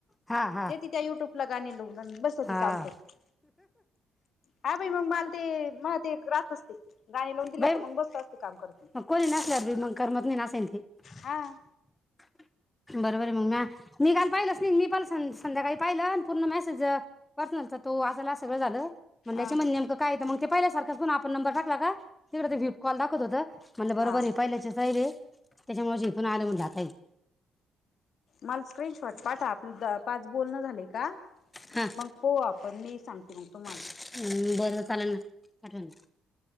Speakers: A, on the left; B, on the left.
A: हा हा
B: ते ति त्या युट्यूबला गाणी लावून अन बसती
A: हा
B: काम करत हा बाई मग माल ते मह ते ग राहात असते. गाणी लावून दिल्या
A: बाई
B: का मग बसत अस्ती काम करत.
A: मग कोणी नसल्या बी मग करमत नाही असं हाय नाही ते
B: हा
A: बरोबर आहे मग म मी काल पाहिलंच नाही मी पनं सं संध्याकाळी पाहिलं पूर्ण मेसेज वाचणार तर तो वाचायला सगळं झालं. म्हणल्याचे
B: अ
A: म्हण नेमकं काय तर मग ते पाहिल्या सारखंच फोन नंबर टाकला का तिकडे विप कॉल दाखवंत होत म्हणलं बरोबर
B: हा
A: हाय हे पहिल्यायचं साईब हे त्याच्यामुळे जिथून आलं म्हण जातय
B: मला स्क्रीन शॉट पाठा आपलं पाच बोलणं झाले का?
A: हा
B: मग पाहू आपण मी सांगते मग तुमाला
A: ह् बरं चालेल ना आठवणीने